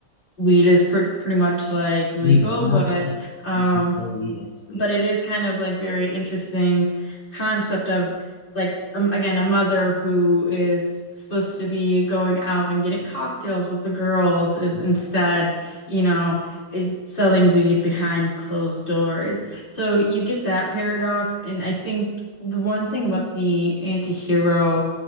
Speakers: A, on the left; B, on the left.
A: weed is pr pretty much like legal,
B: legal. Now
A: but
B: it's like
A: um
B: you can still weed. It's legal.
A: but it is kind of like very interesting concept of like um, again a mother who is supposed to be going out and getting cocktails with the girls is
B: Yeah.
A: instead you know it, selling weed behind closed doors so you get that paradox and i think the one thing about the anti-hero